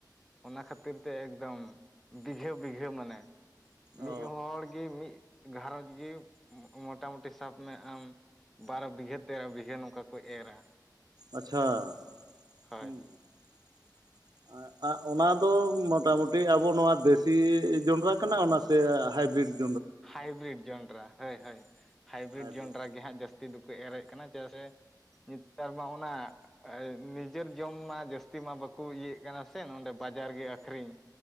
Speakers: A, in the centre; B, on the right.
A: ᱚᱱᱟ ᱠᱷᱟᱹᱛᱤᱨ ᱛᱮ ᱮᱠᱫᱚᱢ ᱵᱤᱜᱷᱟᱹ ᱵᱤᱜᱷᱟᱹ ᱢᱟᱱᱮ ᱢᱤᱫ
B: ᱚ
A: ᱦᱚᱲ ᱜᱮ ᱢᱤᱫ ᱜᱷᱟᱨᱚᱸᱡᱽ ᱜᱮ ᱢᱚᱴᱟᱢᱩᱴᱤ ᱥᱟᱵ ᱢᱮ ᱟᱢ᱾ ᱵᱟᱨᱚ ᱵᱤᱜᱷᱟᱹ ᱯᱮ ᱵᱤᱜᱷᱟᱹ ᱱᱚᱝ ᱠᱟ ᱠᱚ ᱮᱨᱟ
B: ᱟᱪᱪᱷᱟ
A: ᱦᱳᱭ
B: <unintelligible>
A: ᱦᱳᱭ
B: ᱚᱱᱟ ᱫᱚ ᱢᱚᱴᱟ ᱢᱩᱴᱤ ᱟᱵᱚ ᱱᱚᱣᱟ ᱫᱮᱥᱤ ᱡᱚᱱᱰᱨᱟ ᱠᱟᱱᱟ ᱚᱱᱟ ᱥᱮ ᱦᱟᱭ ᱵᱤᱨᱤᱰ᱾
A: ᱦᱟᱭ ᱵᱤᱨᱤᱰ ᱡᱚᱱᱰᱨᱟ ᱦᱳᱭ ᱦᱳᱭ ᱦᱟᱭ ᱵᱤᱨᱤᱰ
B: ᱦᱟᱭᱵᱨᱤᱰ
A: ᱡᱚᱱᱰᱨᱟ ᱜᱮ ᱜᱮ ᱦᱟᱸᱜ ᱡᱟᱹᱥᱛᱤ ᱫᱚᱠᱚ ᱮᱨᱮᱫ ᱠᱟᱱᱟ ᱪᱮᱫᱟᱜ ᱥᱮ ᱱᱮᱛᱟᱨ ᱢᱟ ᱚᱱᱟ ᱱᱤᱡᱮᱨ ᱡᱚᱢ ᱢᱟ ᱡᱟᱹᱥᱛᱤ ᱢᱟ ᱵᱟᱠᱚ ᱤᱭᱮᱫ ᱠᱟᱱᱟ ᱥᱮ ᱱᱚᱸᱰᱮ ᱵᱟᱡᱟᱨ ᱜᱮ ᱟᱠᱷᱨᱤᱧ